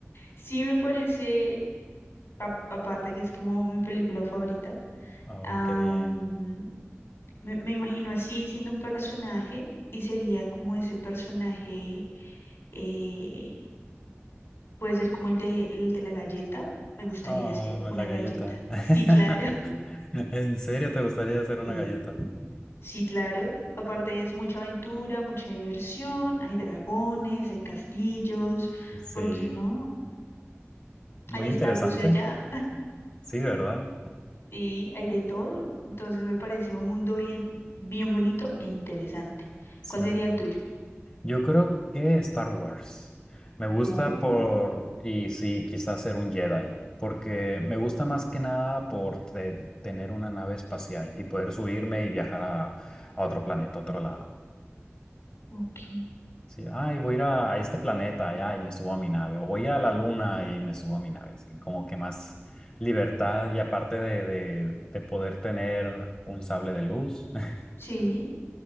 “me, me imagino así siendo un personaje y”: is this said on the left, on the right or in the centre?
Left